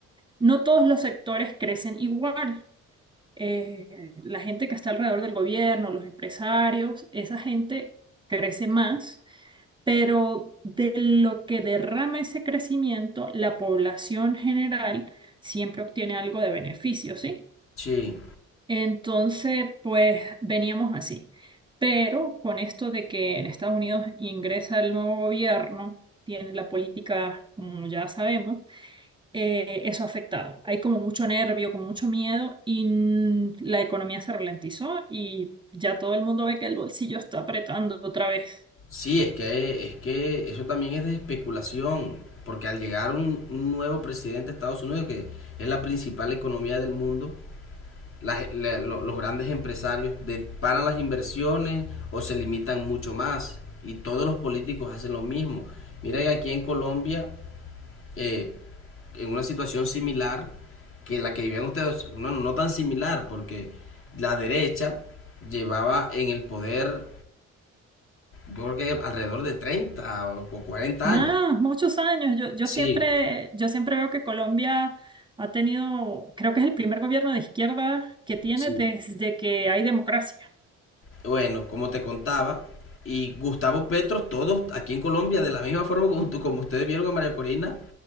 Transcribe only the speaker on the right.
no todos los sectores crecen igual. Eh, la gente que está alrededor del gobierno, los empresarios, esa gente crece más pero de lo que derrama ese crecimiento, la población general siempre obtiene algo de beneficio, ¿sí?
Entonces, pues veníamos así. Pero con esto de que en Estados Unidos ingresa el nuevo gobierno, tiene la política, como ya sabemos, eh, eso ha afectado. Hay como mucho nervio, como mucho miedo y mm, la economía se ralentizó y ya todo el mundo ve que el bolsillo está apretando otra vez.
Más,
muchos años. Yo, yo
siempre, yo siempre veo que Colombia ha tenido, creo que es el primer gobierno de izquierda que tiene
desde que hay democracia.